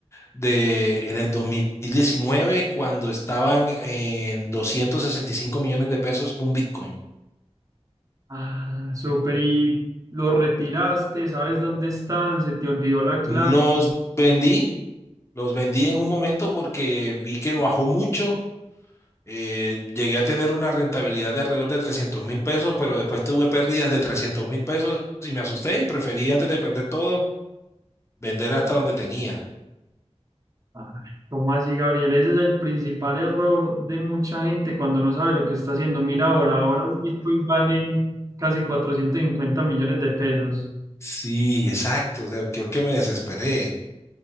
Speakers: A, on the left; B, on the right.
A: de en el 2019 cuando estaban en 265 millones de pesos un bitcoin.
B: Ah, súper. ¿Y lo retiraste? ¿Sabes dónde están? ¿Se te olvidó la clave?
A: Los vendí, los vendí en un momento porque vi que bajó mucho. eh, llegué a tener una rentabilidad de alrededor de trescientos mil pesos, pero después tuve pérdidas de trescientos mil pesos y me asusté y preferí antes de perder todo vender hasta donde tenía.
B: Ah, ¿Cómo así, Gabriel? Ese es el principal error de mucha gente cuando no sabe lo que está haciendo. Mira ahora, ahora un Bitcoin vale casi 450 millones de pesos.
A: Sí, exacto. O sea, creo que me desesperé.